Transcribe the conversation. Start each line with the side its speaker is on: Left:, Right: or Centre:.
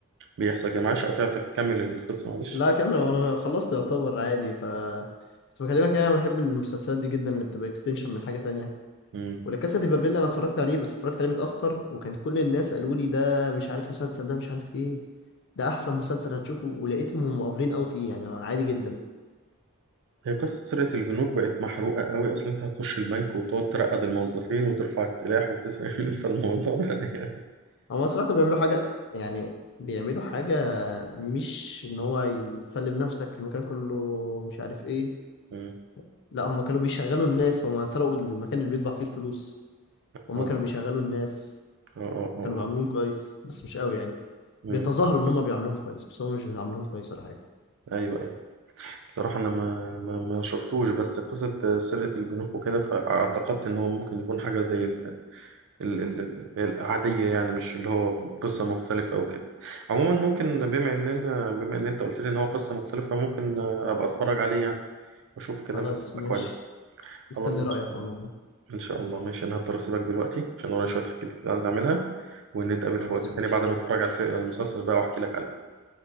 Right: بيحصل كده معلش قطعتك كمل القصة معلش
Left: لا كمل انا خلصت يعتبر عادي ف كنت بكلمك يعني انا بحب المسلسلات دي جدا اللي بتبقى اكستنشن من حاجه تانية
Right: مم.
Left: ولا كاسا دي بابيل انا اتفرجت عليه بس اتفرجت عليه متاخر وكان كل الناس قالوا لي ده مش عارف مسلسل ده مش عارف ايه ده احسن مسلسل هتشوفه ولقيتهم هم مقفرين قوي فيه يعني عادي جدا
Right: هي قصة سرقة البنوك بقت محروقة قوي أصل أنت هتخش البنك وتقعد ترقد الموظفين وترفع السلاح وتسرق <laughs> فالموضوع بقى يعني
Left: هم الصراحه كانوا بيعملوا حاجه يعني بيعملوا حاجه مش ان هو يسلم نفسك المكان كله مش عارف ايه
Right: مم.
Left: لا هم كانوا بيشغلوا الناس هم سرقوا المكان اللي بيطبع فيه الفلوس هم
Right: آه،
Left: كانوا بيشغلوا الناس
Right: آه، آه، آه.
Left: كانوا بيعاملوهم
Right: آه.
Left: كويس بس مش قوي يعني
Right: مم.
Left: بيتظاهروا ان هم بيعاملوهم كويس بس هم مش بيعاملوهم كويس ولا حاجه
Right: أيوه أيوه بصراحة أنا ما ما ما شفتوش بس قصة سرقة البنوك وكده فاعتقدت إن هو ممكن يكون حاجة زي ال ال ال ال العادية يعني مش اللي هو قصة مختلفة أو كده عموما ممكن بما إننا بما إن أنت قلت لي إن هو قصة مختلفة ممكن أبقى أتفرج عليه يعني وأشوف كده
Left: خلاص
Right: ممكن يبقى
Left: ماشي
Right: كويس
Left: مستني
Right: خلاص إن
Left: رايك
Right: شاء الله
Left: عموما
Right: إن شاء الله ماشي أنا هضطر أسيبك دلوقتي عشان ورايا شوية حاجات كده عايز أعملها ونتقابل
Left: خلاص
Right: في وقت تاني
Left: ماشي
Right: بعد ما أتفرج على الف- المسلسل بقى وأحكي لك عليه